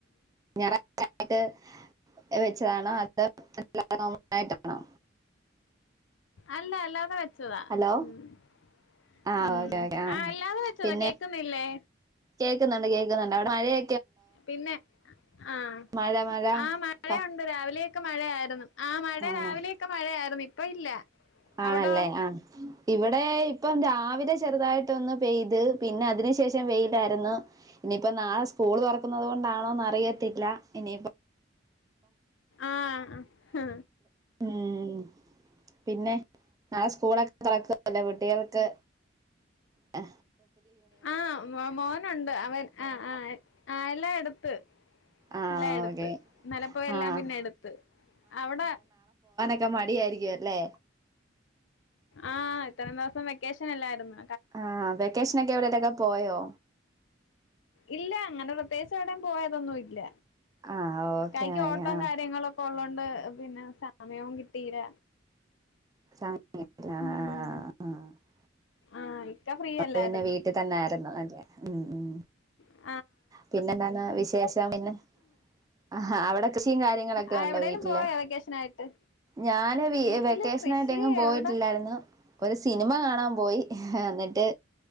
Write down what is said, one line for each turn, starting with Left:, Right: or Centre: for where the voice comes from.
Right: ഞാ റാഴ്ച്ചയായിട്ട് വെച്ചതാണോ അതോ <unintelligible> ആയിട്ടാണോ
Left: അല്ല അല്ലാതെ വെ ച്ചതാ
Right: ഹലോ
Left: ഉംഉം
Right: ആഹ് ഓക്കെ ഓക്കെ ആഹ്
Left: ആ അല്ലാതെ വെച്ചതാ
Right: പിന്നെ
Left: കേക്കുന്നില്ലേ
Right: കേക്കുന്നുണ്ട് കേക്കുന്നുണ്ട് അവ്ടെ മഴയ
Left: പിന്നെ ആഹ്
Right: മഴ മഴ
Left: ആ മഴയുണ്ട്.
Right: ക
Left: രാവിലെ ക്കെ മഴയായിരുന്നു ആ മഴ
Right: ആണോ
Left: രാവിലെയൊക്കെ മഴയായിരുന്നു ഇ പ്പ ഇല്ല
Right: ആണല്ലേ
Left: അവിടോ
Right: ആഹ് ഇവിടെ ഇപ്പം രാവിലെ ചെറുതായിട്ടൊന്ന് പെയ്ത് പിന്നെ അതിനു ശേഷം വെയ് ലായിരുന്നു ഇനിയിപ്പം നാളെ സ്കൂൾ തൊറക്കുന്നത് കൊണ്ടാണോന്ന് അറിയത്തില്ല ഇനിയിപ്പ
Left: ആഹ് ഹ്
Right: ഉം പിന്നെ നാളെ സ്കൂളൊക്കെ തുറക്കുവല്ലേ കുട്ടികള്ക്ക് അ
Left: ആഹ് മോ മോനുണ്ട് അവൻ ആഹ് ആ ആഹ് എല്ലാ എടുത്ത്
Right: ആഹ്
Left: എല്ലാ എടുത്ത്
Right: ഓക്കെ
Left: ന്നെലപ്പോഴ എല്ലാം
Right: ആഹ്
Left: പിന്നെ എടുത്ത് അവിടെ
Right: ക്കെ മടിയായിരിക്കും അല്ലേ
Left: ആഹ് ഇത്രയും ദിവസം വെക്കേഷൻ എല്ലായിരുന്നു
Right: ആഹ് വെക്കേഷന ഒക്കെ എവിടെലൊക്കെ പോയോ
Left: ഇല്ല അങ്ങനെ പ്രത്യേകിച്ച് എവിടയും പോയതൊന്നും ഇല്ല
Right: ആഹ്
Left: ഇക്കാക്ക്
Right: ഓക്കെ ഓക്കെ
Left: ഓട്ടം
Right: ആഹ്
Left: കാര്യങ്ങളൊക്കെ ഉള്ള ണ്ട് പിന്നെ സമയവും കിട്ടീല്ല
Right: സമയം കിട്ടില്ല
Left: ഉം
Right: ആഹ് ആഹ് ആഹ്
Left: ആഹ് ഇക്ക ഫ്രീയല്ലായിരുന്നു
Right: പിന്നെ വീട്ടിൽ തന്നെ ഉം ഉം
Left: ഉം
Right: പിന്നെ എന്താണ് വിശേഷം പിന്നെ ആ അവിടെ കൃഷിയും കാര്യങ്ങളൊക്കെ
Left: ആ
Right: ഉണ്ടോ
Left: എവിടെയെങ്കിലും
Right: വീട്ടില്
Left: പോയോ വെക്കേഷൻ ആയിട്ട്
Right: ഞാന്
Left: വീട്ടില്
Right: വെക്കേഷനായിട്ടെങ്ങും
Left: കൃഷി
Right: പോയിട്ടില്ലായിരുന്നു
Left: എവിടെ
Right: ഒരു സിനിമ കാണാൻ പോയി എന്നിട്ട്